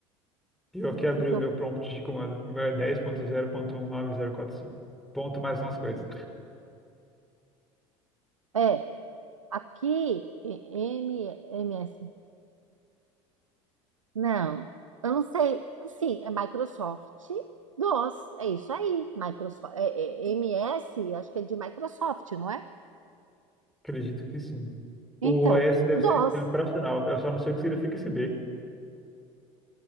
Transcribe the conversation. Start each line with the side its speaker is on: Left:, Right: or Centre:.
Centre: E Eu aqui
Right: O
Centre: abri
Right: que que
Centre: o
Right: eu...
Centre: meu prompt de comando. O meu é 10.0.19045. Ponto zero ponto um nove zero quatro cinco. Ponto mais umas coisas.
Right: É, aqui, e- M, MS. Não, eu não sei. Sim, é Microsoft DOS. É isso aí. Microsoft, é, é, MS, acho que é de Microsoft, não é?
Centre: Acredito que sim.
Right: Então,
Centre: O OS deve
Right: DOS.
Centre: ser sistema operacional. Eu só não sei o que significa esse D.